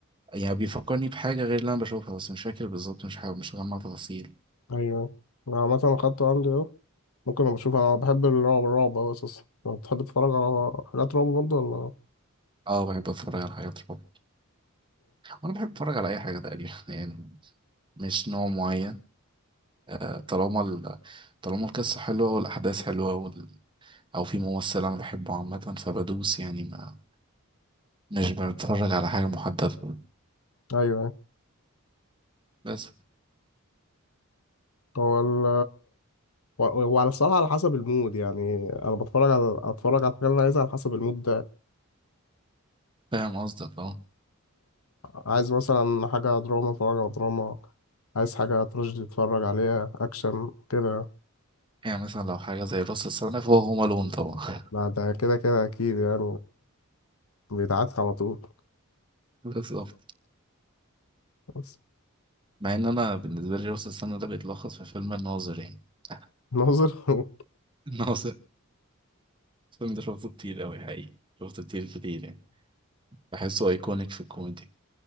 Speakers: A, on the right; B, on the left.
A: يعني بيفكرني بحاجة غير اللي أنا بشوفها بس مش فاكر بالظبط مش حاجة مش مجمع تفاصيل
B: ايوه انا عامة اخدته عندي اهو ممكن أبقى أشوف أنا بحب الرعب الرعب أوي أساسا أنت بتحب تتفرج على حاجات رعب برضه ولا أوكي.
A: اه بحب أتفرج على حاجات رعب وأنا بحب أتفرج على أي حاجة تقريبا <laughs> يعني مش نوع معين آه، طالما ال... طالما القصة حلوة والأحداث حلوة وال... أو في ممثل أنا بحبه عامة فبدوس يعني ما مش بنتفرج على حاجة محددة
B: أيوه أيوه
A: بس
B: هو ال و- وعلى الصراحة على حسب المود يعني أنا بتفرج على أتفرج على الحاجة اللي أنا عايزها على حسب المود ده
A: فاهم قصدك اه
B: عايز مثلا حاجة دراما أتفرج على دراما عايز حاجة تراجيدي أتفرج عليها أكشن كده
A: يعني مثلا لو حاجة زي راس السنة فهو هوم ألون طبعا
B: لا ده كده كده أكيد يعني بيتعاد على طول
A: <laughs> بالظبط
B: بس
A: مع إن أنا بالنسبة لي راس السنة ده بيتلخص في فيلم الناظر يعني <laughs>
B: ناظر <laughs>
A: الناظر الفيلم ده شفته كتير أوي حقيقي شفته كتير كتير يعني بحسه أيكونيك في الكوميدي